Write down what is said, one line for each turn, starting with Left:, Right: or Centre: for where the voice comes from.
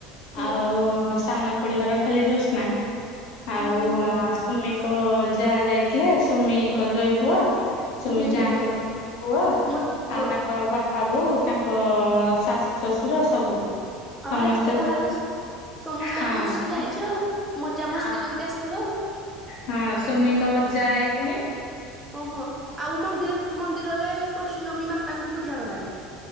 Right: ହୁଁ
Left: ଆଉ ଆ ସାନ ଖୋଡି ଘର ଖାଲି ଜୋସ୍ନା ଆଉ
Right: ହୁଁ
Left: ଆସ୍ ସୁମିଙ୍କ ଯାଆ ଯାଇଥିଲେ ସୁମିଙ୍କ ଜୋଇ ପୁଅ
Right: ହୁଁ
Left: ସୁମି
Right: ହୁଁ
Left: ଯାଆଙ୍କ
Right: ହୁଁ
Left: ପୁଅ
Right: ମତେ ହଁ
Left: ଆଉ ତାଙ୍କ ବା ପା ବୋଉ ତାଙ୍କ ଶାଶୁ ଶଶୁର ସବୁ। ସମସ୍ତେ
Right: ଆ ଏତେ ଯାହାହେଲେ
Left: ତ
Right: ସମସ୍ତେ
Left: ହଁ
Right: ଆଙ୍କ ମିଶିକି
Left: ସୁମି
Right: ଯାଇଚ ଆଉ ମଜା ମସ୍ତି
Left: ହଁ
Right: କରିକି ଆସିଥିବ ଆଉ।
Left: ହଁ ସୁମିଙ୍କ ଅଜା, ଆଈ ପୁଣି।
Right: ଓହୋ ଆଉ ମନ୍ଦିର ମନ୍ଦିରରେ ବୈଷ୍ଣବୀ ମାତାଙ୍କୁ ପୂଜା କରାଯାଏ।